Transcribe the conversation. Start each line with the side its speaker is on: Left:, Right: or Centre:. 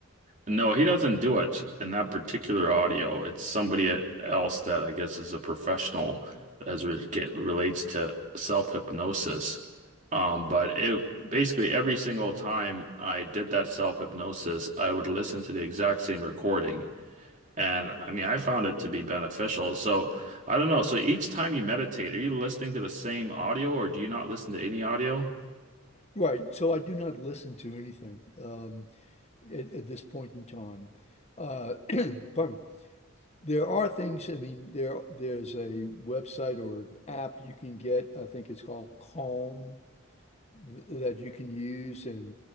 Right: No, he doesn't do it in that particular audio. It's somebody else that I guess is a professional as it get, relates to self-hypnosis. Um, but it basically every single time I did that self-hypnosis, I would listen to the exact same recording. And I mean, I found it to be beneficial. So I don't know. So each time you meditate, are you listening to the same audio or do you not listen to any audio?
Left: Right. So I do not listen to anything um, at, at this point in time. Uh, <clears throat> pardon me. There are things, I mean, there there's a website or app you can get. I think it's called Calm. th that you can use and